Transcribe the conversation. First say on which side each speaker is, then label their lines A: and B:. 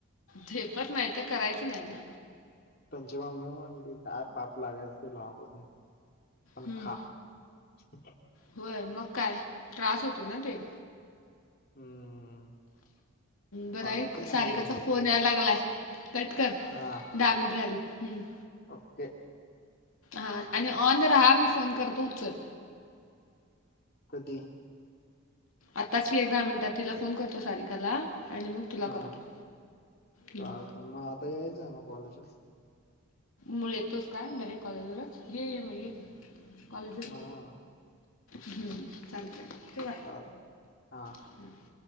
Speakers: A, on the left; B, on the left.
A: झेपत नाही करायचं नाही ना.
B: पची म मिळून म्हली पाप लागायच लावापतीून पण
A: हं.
B: खा. हा. <unintelligible>
A: होय मग काय त्रास होतो ना ते.
B: हम्म
A: बराऐक
B: पाणी पण नाही
A: सारिकाचा
B: म्हणलो
A: फोन याय लागलाय. कट कर.
B: हा.
A: दहा मिनिटे राहिले हम्म.
B: ओके.
A: हां आणि ऑन राहा मी फोन करतो उचल.
B: कधी
A: आत्ताच की एक दहा मिनिटात तिला फोन करतो सारिकाला. आणि मग तुला
B: हा
A: करतो हम्म.
B: चालतं मग आता यायचा आहे म कॉलेजवर.
A: मुळ येतोस काय डैरेक्ट कॉलेजवरच ये म ये कॉलेजवर ये.
B: हां
A: हम्म चालत्या ठेवू का?
B: चालत हा.
A: हम्म.